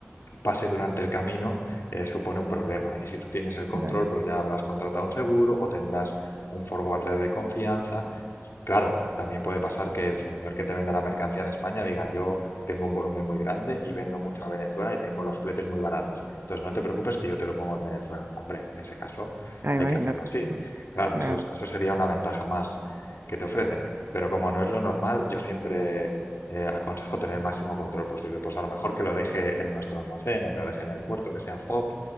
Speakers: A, on the left (about 80°); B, on the right (about 50°).
A: pase durante el camino eh, supone un problema. Y si tú tienes el control,
B: claro.
A: pues ya habrás contratado un seguro o tendrás un forwarder de confianza. Pues, Claro, también puede pasar que el señor que te venda la mercancía en España diga yo tengo un volumen muy grande y vendo mucho a Venezuela y tengo los fletes muy baratos. Entonces no te preocupes que yo te lo pongo en Venezuela. Hombre, en ese caso
B: Ah,
A: hay
B: imagínate.
A: que hacerlo así.
B: Ujú,
A: Claro,
B: Claro,
A: eso, eso sería una ventaja más que te ofrecen. Pero como no es lo normal, yo siempre eh, aconsejo tener el máximo control posible. Pues a lo mejor que lo deje en nuestro almacén o que lo deje en el puerto, que sea FOB,